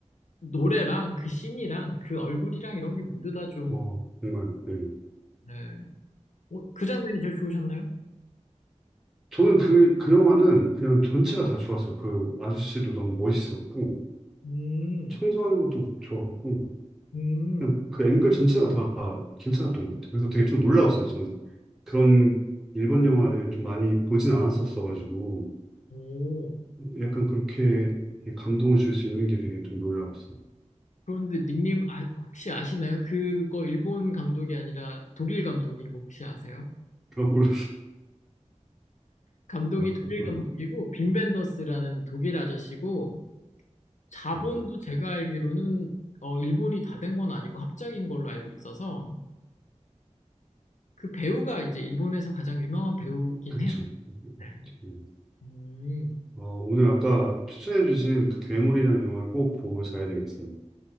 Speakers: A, on the left (about 75°); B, in the centre.
A: 노래랑 그 씬이랑 그 얼굴이랑 이런 게 모두 다 좀,
B: 와, 정말. 예.
A: 네. 어, 그 장면이 제일 좋으셨나요?
B: 저는 그, 그 영화는 그냥 전체가 다 좋았어요. 그 아저씨도 너무 멋있었고,
A: 음,
B: 청소하는 것도 좋았고,
A: 음,
B: 그냥 그 앵글 전체가 다 괜찮았던 것 같아요. 그래서 되게 좀 놀라웠어요. 저는 그런 일본 영화를 좀 많이 보진 않았었어가지고,
A: 오.
B: 약간 그렇게 감동을 줄 수 있는 게 되게 좀 놀라웠어요.
A: 그런데 닉님, 아, 혹시 아시나요? 그거 일본 감독이 아니라 독일 감독인 거 혹시 아세요?
B: 그러고,
A: 감독이
B: 아, <laughs> 그렇구나.
A: 독일 감독이고 빈 벤더스라는 독일 아저씨고 자본도
B: 어,
A: 제가 알기로는 어, 일본이 다 된 건 아니고 합작인 걸로 알고 있어서 그 배우가 이제 일본에서 가장 유명한 배우긴
B: 그쵸.
A: 해요. 네.
B: 음.
A: 음,
B: 어, 오늘 아까 추천해주신 그 괴물이라는 영화를 꼭 보고 자야 되겠어요.